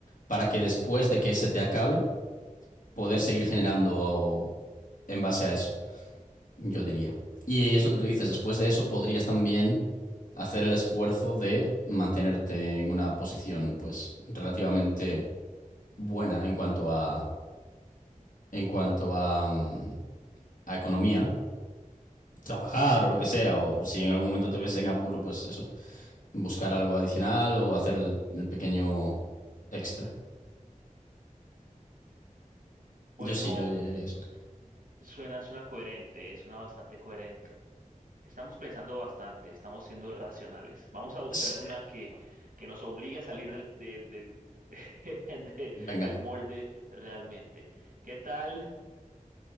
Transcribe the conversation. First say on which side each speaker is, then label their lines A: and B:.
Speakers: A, on the left (about 75°); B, on the right (about 80°).
A: para que después de que se te acabe, poder seguir generando o- en base a eso, yo diría. Y es lo que tú dices, después de eso podrías también hacer el esfuerzo de mantenerte en una posición pues relativamente buena en cuanto a en cuanto a, mm, a economía, ¿no? Trabajar o lo que sea, o si en algún momento te ves en apuro, pues eso, buscar algo adicional o hacer el, el pequeño extra.
B: Bueno,
A: Yo sí, yo, yo haría eso también.
B: suena, suena coherente, eh, suena bastante coherente. Estamos pensando bastante, estamos siendo racionales. Vamos a buscar
A: Sí.
B: una que, que nos obligue a salir del, del, del, <laughs> de-
A: Venga,
B: del molde realmente. ¿Qué tal?